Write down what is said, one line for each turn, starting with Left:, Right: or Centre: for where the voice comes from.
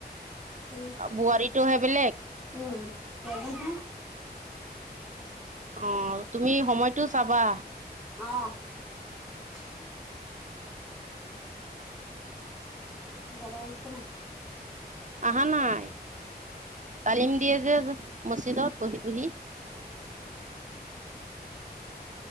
Centre: এই
Right: বোৱাৰীটোহে বেলেগ
Centre: উম তাগহা
Right: অ তুমি সময়টো চাবা
Centre: অ
Right: <inaudible>
Centre: দাদা আহিছে না
Right: আহা নাই তালিম দিয়ে যে মজিদত বহি বুহি